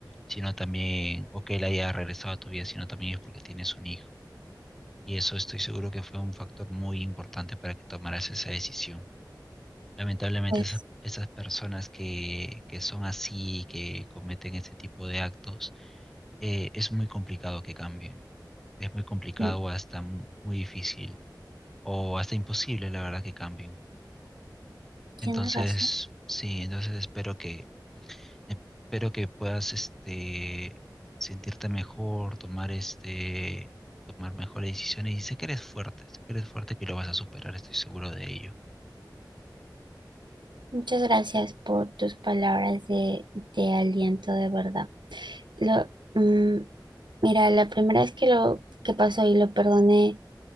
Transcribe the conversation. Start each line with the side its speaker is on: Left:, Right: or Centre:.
Centre: sino también, o que él haya regresado a tu vida, sino también es porque tienes un hijo. Y eso estoy seguro que fue un factor muy importante para que tomaras esa decisión. Lamentablemente
Right: Pues
Centre: esas, esas personas que, que son así, que cometen este tipo de actos, eh, es muy complicado que cambien. Es muy complicado
Right: mm,
Centre: o hasta mu- muy difícil o hasta imposible, la verdad, que cambien.
Right: tienes
Centre: Entonces,
Right: razón.
Centre: sí, entonces espero que, espero que puedas este, sentirte mejor, tomar este, tomar mejores decisiones y sé que eres fuerte, sé que eres fuerte que lo vas a superar, estoy seguro de ello.
Right: Muchas gracias por tus palabras de, de aliento, de verdad. Lo, mm, mira, la primera vez que lo que pasó y lo perdoné,